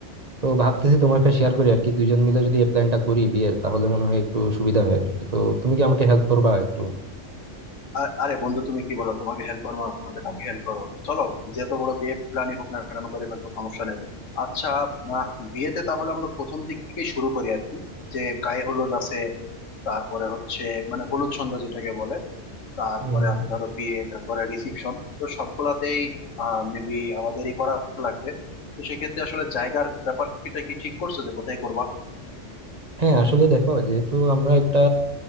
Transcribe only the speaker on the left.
আ- আরে বন্ধু তুমি কি বলো তোমাকে হেল্প করবো না তো কাকে হেল্প করবো চলো যত বড় বিয়ে প্ল্যানই হোক না কেন করে ফেলবো সমস্যা নেই আচ্ছা আহ, বিয়েতে তাহলে আমরা প্রথম দিক থেকে শুরু করি আর কি যে গায়ে হলুদ আছে তারপরে হচ্ছে মানে হলুদ সন্ধ্যা যেটাকে বলে তারপরে
আছে
ধরো বিয়ে তারপরে রিসিপশন তো সবগুলাতেই আহ মেবি আমাদেরই করা লাগবে তো সেক্ষেত্রে আসলে জায়গার ব্যাপারটা কি ঠিক করছো যে কোথায় করবা